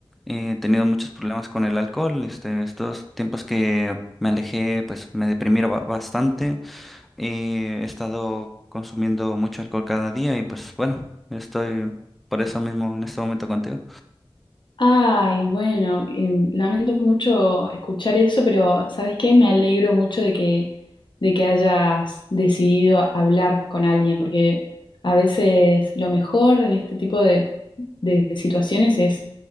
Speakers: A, in the centre; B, on the left (about 60°).
A: eh, tenido muchos problemas con el alcohol, este, estos tiempos que me alejé, pues me deprimí ba- bastante, eh, he estado consumiendo mucho alcohol cada día y pues bueno, estoy por eso mismo en este momento contigo.
B: Ay, bueno, em, lamento mucho escuchar eso, pero ¿sabes qué? Me alegro mucho de que, de que hayas decidido hablar con alguien, porque a veces lo mejor en este tipo de, de situaciones es